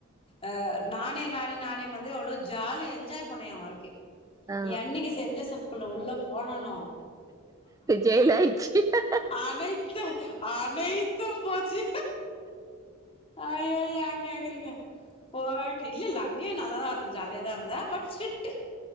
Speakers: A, on the left; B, on the right.
A: அஹ் நானே ராணி நானே மந்திரி அவ்ளோ ஜாலி என்ஜாய் பண்ணு எ வாழ்க்கைய
B: ஆ
A: என்னைக்கு செஞ் ஜோசஃப் குள்ள உள்ளப் போணணோ
B: ஜெயில் ஆயிடுச்சு
A: அனைத்து அனைத்தும் போச்சு ஐயோ ஏ கேக்குறீங்க போட் இல்ல இல் இல்ல அண்ணியு நா நல்ல தா இருந் ஜாலியதா இருந்த பட் ஸ்ட்ரிக்ட்டு